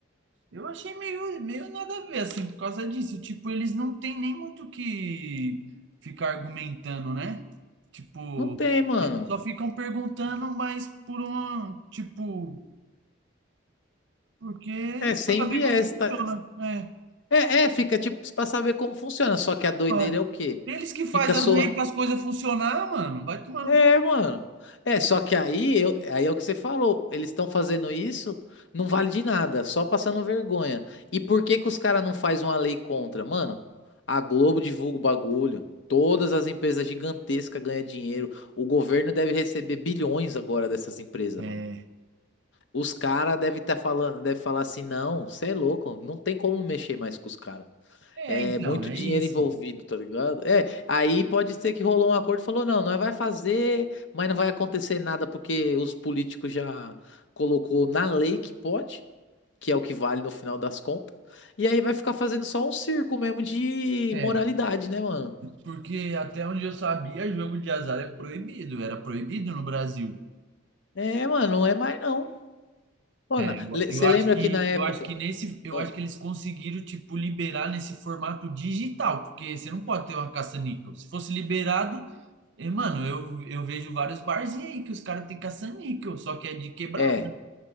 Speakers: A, on the right; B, on the left.
A: Eu achei meio, meio nada a ver, assim, por causa disso. Tipo, eles não têm nem muito o que ficar argumentando, né? Tipo,
B: não tem, mano.
A: eles só ficam perguntando, mas por uma, tipo, porque
B: É sem
A: pra saber
B: viés,
A: como funciona.
B: tá?
A: É,
B: É, é, fica tipo pra saber como funciona, só que a doideira
A: pá.
B: é o quê?
A: Eles que fazem
B: Fica só
A: as leis para as coisas funcionar, mano, vai tomando.
B: É, mano. É, só que aí, eu, aí é o que você falou. Eles estão fazendo isso, não vale de nada, só passando vergonha. E por que que os caras não faz uma lei contra? Mano, a Globo divulga o bagulho. Todas as empresas gigantescas ganham dinheiro. O governo deve receber bilhões agora dessas empresas,
A: É,
B: mano. Os caras devem estar falando, deve falar assim, não, você é louco, não tem como mexer mais com os caras.
A: é,
B: É
A: então,
B: muito
A: é
B: dinheiro
A: isso.
B: envolvido, tá ligado? É, aí pode ser que rolou um acordo e falou, não, nós vai fazer, mas não vai acontecer nada porque os políticos já colocou na lei que pode, que é o que vale no final das contas. E aí vai ficar fazendo só um circo mesmo de
A: É,
B: moralidade, né, mano?
A: porque até onde eu sabia, jogo de azar é proibido, era proibido no Brasil.
B: É, mano, não é mais não. Mano,
A: É, eu
B: você
A: eu acho
B: lembra
A: que
B: que na época,
A: eu acho que nesse eu
B: Ah,
A: acho que eles conseguiram tipo liberar nesse formato digital, porque você não pode ter uma caça-níquel. Se fosse liberado, eh, mano, eu, eu vejo vários barzinhos aí que os caras têm caça-níquel, só que é de quebrado.
B: é,